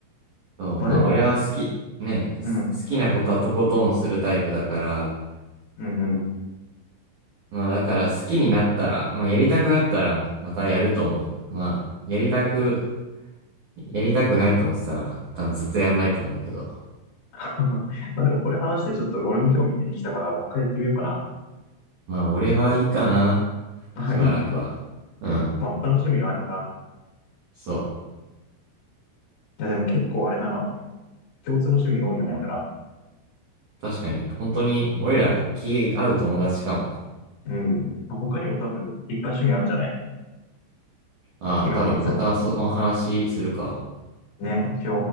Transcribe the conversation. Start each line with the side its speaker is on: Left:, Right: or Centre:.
Right: そう。
Left: まあでも、
Right: まあ俺は好き、ね、す好きなことはとことんするタイプだから、
Left: うん。うんうん。
Right: まあだから好きになったら、まあやりたくなったらまたやると思う。まあやりたく、やりたくないと思ってたら多分ずっとやんないと思うけど。
Left: <laughs> まあでもこれ話してちょっと俺も興味出てきたから、もう一回やってみようかな。
Right: まあ俺はいいかな。
Left: あ、
Right: しばらくは。
Left: いい。
Right: うん。
Left: まあ他の趣味はあるか。
Right: そう。
Left: や、でも結構あれだな。共通の趣味多いよね、俺ら。
Right: 確かに本当に俺ら気合う友達かも。
Left: うん。まあ他にも多分、いっぱい趣味あるんじゃない
Right: ああ、
Left: 気が合うやつ。
Right: 多分またその話するか。
Left: ね、し